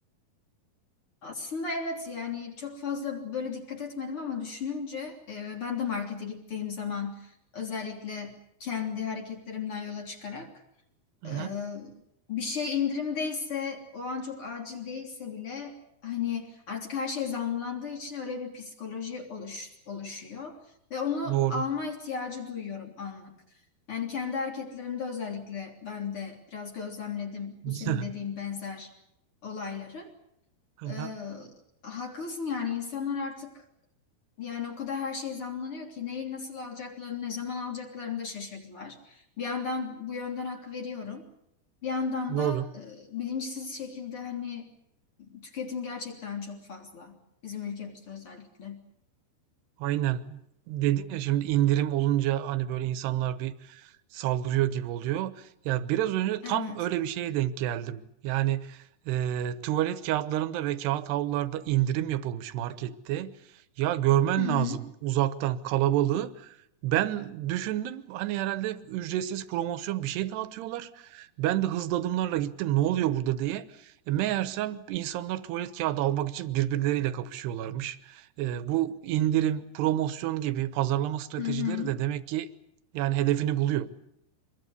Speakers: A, on the left (about 35°); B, on the right (about 85°).
A: Aslında evet yani çok fazla böyle dikkat etmedim ama düşününce e, ben de markete gittiğim zaman özellikle kendi hareketlerimden yola çıkarak
B: Hı hı.
A: Ee, bir şey indirimdeyse o an çok acil değilse bile hani artık her şey zamlandığı için öyle bir psikoloji oluş, oluşuyor ve onu
B: Doğru.
A: alma ihtiyacı duyuyorum anlık. Yani kendi hareketlerimde özellikle ben de biraz gözlemledim
B: <laughs>
A: bu senin dediğin benzer olayları.
B: Hı hı.
A: Ee, haklısın yani insanlar artık yani o kadar her şey zamlanıyor ki neyi nasıl alacaklarını, ne zaman alacaklarını da şaşırdılar. Bir yandan bu yönden hak veriyorum. Bir yandan
B: Doğru.
A: da e, bilinçsiz şekilde hani tüketim gerçekten çok fazla. Bizim ülkemizde özellikle.
B: Aynen. Dedin ya şimdi indirim olunca hani böyle insanlar bir saldırıyor gibi oluyor. Ya biraz önce
A: Evet.
B: tam öyle bir şeye denk geldim. Yani e, tuvalet kağıtlarında ve kağıt havlularda indirim yapılmış markette. Ya görmen
A: Hı hı.
B: lazım uzaktan kalabalığı. Ben düşündüm hani herhalde ücretsiz promosyon bir şey dağıtıyorlar. Ben de hızlı adımlarla gittim ne oluyor burada diye. E, meğersem insanlar tuvalet kağıdı almak için birbirleriyle kapışıyorlarmış. E, bu indirim, promosyon gibi pazarlama stratejileri
A: Hı hı.
B: de demek ki yani hedefini buluyor.